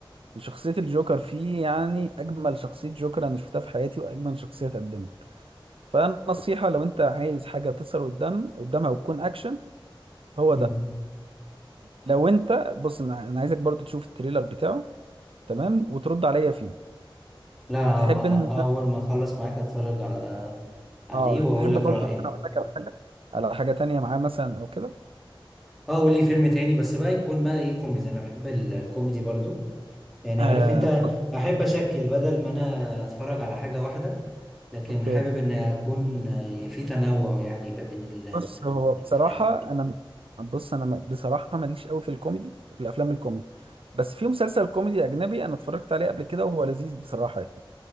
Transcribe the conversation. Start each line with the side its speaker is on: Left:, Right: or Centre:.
Right: وشخصيه الجوكر فيه يعني اجمل شخصيه جوكر انا شفتها في حياتي واجمل شخصيه اتقدمت فالنصيحه لو انت عايز حاجه تظهر قدام قدامها وتكون اكشن هو
Centre: مم.
Right: ده لو انت بص انا أنا عايزك برضو تشوف التريلر بتاعه تمام وترد عليا فيه
Centre: لا
Right: تحب
Centre: هبقى
Right: ان
Centre: اول ما اخلص معاك اتفرج على عليه
Right: اه
Centre: واقول
Right: تحب
Centre: لك
Right: برضه
Centre: رايي
Right: ان انا اقول لك على حاجه على حاجه تانية معاه مثلا او كده
Centre: اه قول لي فيلم تاني بس بقى يكون بقى ايه كوميدي انا بحب الكوميدي برضو يعني
Right: آه
Centre: عارف انت
Right: بص
Centre: احب اشكل بدل ما انا اتفرج على حاجه واحده لكن
Right: اوكي
Centre: حابب ان اكون آه، في تنوع يعني بقى بين
Right: بص هو بصراحه
Centre: الافلام
Right: انا بص انا م- بصراحه ماليش قوي في الكوميدي في الافلام الكوميدي بس في مسلسل كوميدي اجنبي انا اتفرجت عليه قبل كده وهو لذيذ بصراحه يعني.